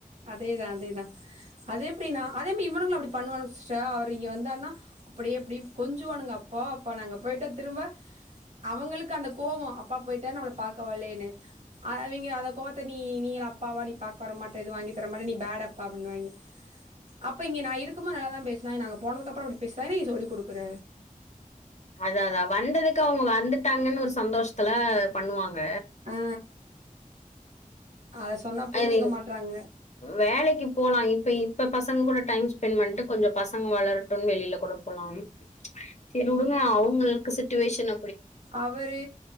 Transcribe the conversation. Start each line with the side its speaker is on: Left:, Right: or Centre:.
Right: அதேதா அதேதா அது எப்டினா அதே மா இவனுங்களு அப்டி பண்ணுவானுங்க சிஸ்டர் அவர் இங்க வந்தாருனா அப்டியே எப்டி கொஞ்சுவானுங்க அப்பா அப்பானா அங்க போய் கிட்ட திரும்ப அவங்களுக்கு அந்த கோவோ அப்பா போயிட்டாரு நம்மள பாக்க வல்யேன்னு அவிய்ங்க அந்த கோவத்த நீ நீ அப் பாவா நீ பாக்க வர மாட்டே எது வாங்கி தர மாட்ட நீ பேட் அப்பா அப்டினுவாய்ங்கே அப்ப இங்க நா இருக்குமோ நல்லாதா பேசுனாய்ங்க நா போனதுக்கு அப்புற அப்டி பேசுறாய்ங் நீ சொல்லி குடுக்குற
Left: அதா அதா வந்ததுக்கு அவங்க வந்துட்டாங்கனு ஒரு சந்தோஷத்துல பண்ணுவாங்க
Right: ஆ அத சொன்னா புரிஞ்சுக்க
Left: அதுவேன்
Right: மாட்றாங்க
Left: வேலைக்குப் போலா இப்ப இப்ப பசங்க கூட டைம் ஸ்பெண்ட் பண்ணிட்டு கொஞ்ச பசங்க வளரட்டுன்னு வெளியில கூட போலா செரி விடுங்க அவங்களுக்கு சுட்டுவேஷன்
Right: அவரு